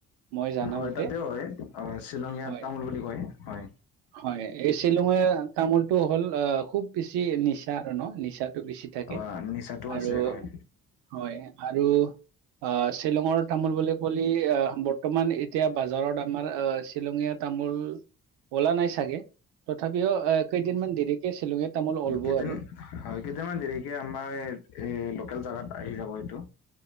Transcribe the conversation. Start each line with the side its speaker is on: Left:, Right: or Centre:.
Right: মই জানা
Left: হয়
Right: মতে।
Left: তাতেও হয় অ শ্বিলঙীয়া
Right: হয়
Left: তামোল বুলি কয় হয়
Right: হয় এই শ্বিলঙিয়া তামোলটো হ'ল অ খুব বেছি নিচা আৰু ন নিচাটো বেছি থাকে
Left: অ নিচাটো আছে
Right: আৰু
Left: হয়
Right: হয় আৰু আ শ্বিলঙৰ তামোল বুলি ক'লি আহ বৰ্তমান এতিয়া বজাৰত আমাৰ আহ শ্বিলঙীয়া তামোল অলা নাই চাগে তথাপিও কেইদিনমান দেৰিকে শ্বিলঙিয়া তামোল অলব
Left: কেইদিন
Right: আৰু
Left: হয় কেইটামান দেৰিকে আমাৰ এ লোকেল জোগাত আহি যাব এইটো